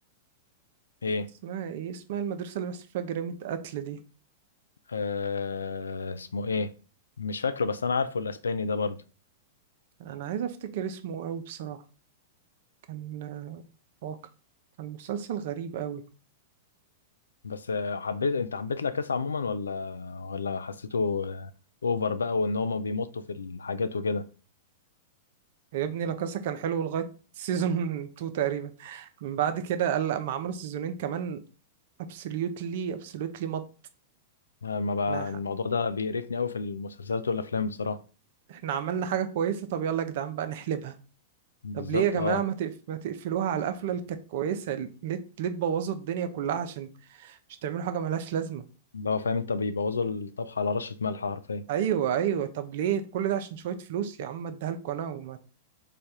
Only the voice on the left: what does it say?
ايه
آه... اسمه ايه مش فاكره بس انا عارفه الاسباني ده برضه
بس آه، حبيت انت حبيت لاكاسا عموما ولا ولا حسيته آه، اوفر بقى وان هما بيمطوا في الحاجات وكده
آه، ما بقى
الموضوع ده بيقرفني قوي في المسلسلات والافلام بصراحه
بالظبط
اه
اللي هو فاهم انت بيبوظوا الطبخ على رشه ملح حرفيا